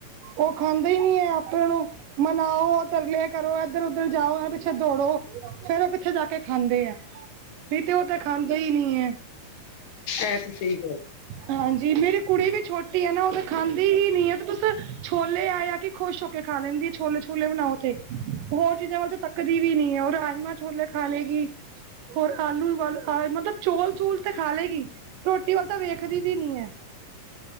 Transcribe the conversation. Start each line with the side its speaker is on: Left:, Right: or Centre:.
Right: ਓ ਖਾਂਦੇ ਈ ਨੀ ਐ ਆਪੇ ਨੂੰ। ਮਨਾਓ, ਤਰਲੇ ਕਰੋ, ਏਧਰ ਓਧਰ ਜਾਓ, ਏਨਾ ਪਿੱਛੇ ਦੌੜੋ। ਫੇਰ ਓ ਕਿੱਥੇ ਜਾ ਕੇ ਖਾਂਦੇ ਐ, ਨਈ ਤੇ ਓ ਤੇ ਖਾਂਦੇ ਈ ਨਈ ਏ।
Left: ਐ ਤੇ ਸਈ ਗੱਲ।
Right: ਹਾਂਜੀ ਮੇਰੇ ਕੁੜੀ ਵੀ ਛੋਟੀ ਐ ਨਾ ਓ ਤੈ ਖਾਂਦੀ ਈ ਨੀ ਆ, ਤੇ ਤੁਸ ਛੋਲੇ ਆਏ ਕੇ ਖੁਸ਼ ਕੇ ਖਾ ਲੈਂਦੀ ਛੋਲੇ ਛੋਲੇ ਬਣਾਓ ਤੇ, ਹੋਰ ਚੀਜ਼ਾਂ ਵੱਲ ਤੇ ਤੱਕਦੀ ਵੀ ਨੀ ਓ। ਰਾਜਮਾ ਛੋਲੇ ਖਾ ਲੇਗੀ। ਹੋਰ ਆਲੂ ਵ ਉਬਾਲੋ ਮਤਲਬ ਚੋਲ ਚੂਲ ਤੇ ਖਾ ਲੇਗੀ, ਰੋਟੀ ਵੱਲ ਤਾਂ ਵੇਖਦੀ ਵੀ ਨੀ ਐ।